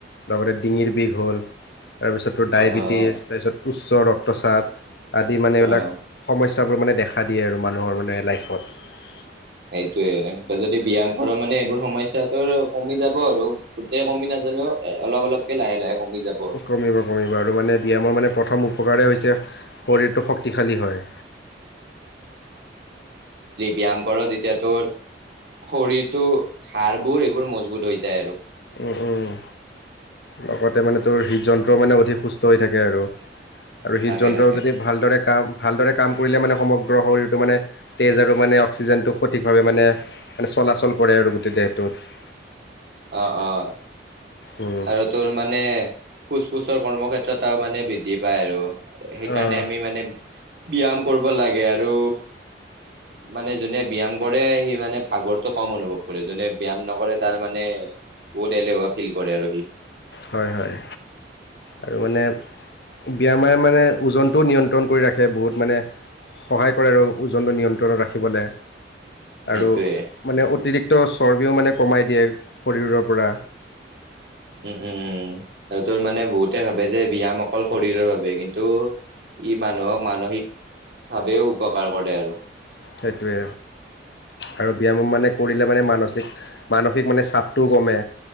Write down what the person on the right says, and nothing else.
অ',
অ',
অ'।
সেইটোয়ে তই যদি ব্যায়াম কৰ মানে এইবোৰ সমস্যা তোৰ কমি যাব আৰু গোটেই কমি নাালেও এ অলপ অলক লাহ লাহে কমি যাব। আৰু।
ব্যয়াম কাৰ তেতিয়া তোৰ শৰীৰটো হাড়বোৰ এইবোৰ মজবুত হৈ যায় আৰু।
থাকে থাকে।
অহ অহ।
আৰু তোৰ মানে ফোচ ফুচৰ কৰ্মক্ষেত্ৰটাও মানে বৃদ্ধি পায় আৰু। সেইকাৰণে
আমি মানে ব্যয়াম কৰব লাগে আৰু মানে যোনে ব্যায়াম কৰে সি মানে ভাগৰটো কম অনুভৱ কৰে, যোনে ব্যায়াম নকৰে তাৰ মানে বহুত এলেহুৱা ফিল কৰে আৰু সি।
সেইটোয়ে
উম উম আৰু তোৰ মানে বহুতে ভাবে যে ব্যায়াম অকল শৰীৰৰ বাবে কিন্তু ই মানুহক মানসিক ভাৱেও উপকাৰ কৰে আৰু।